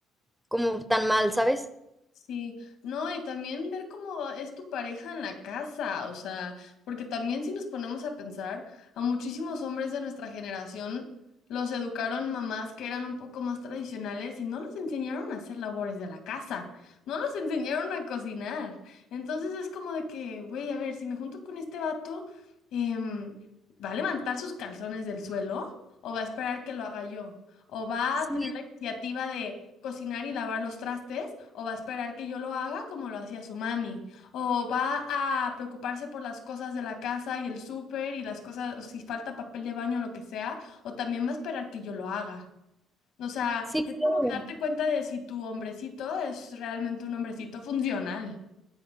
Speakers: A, in the centre; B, on the left.
A: como tan mal, ¿sabes?
B: Sí, no, y también ver cómo va- es tu pareja en la casa, o sea, porque también si nos ponemos a pensar, a muchísimos hombres de nuestra generación los educaron mamás que eran un poco más tradicionales y no los enseñaron a hacer labores de la casa, no los enseñaron a cocinar. Entonces es como de que, güey, a ver, si me junto con este vato, em, ¿va a levantar sus calzones del suelo o va a esperar que lo haga yo? ¿O va
A: Sí,
B: a tener la iniciativa de cocinar y lavar los trastes, o va a esperar que yo lo haga como lo hacía su mami, o va a preocuparse por las cosas de la casa y el súper y las cosas, o si falta papel de baño lo que sea, o también va a esperar que yo lo haga. O sea,
A: sí,
B: es
A: creo.
B: como que darte cuenta de si tu hombrecito es realmente un hombrecito funcional.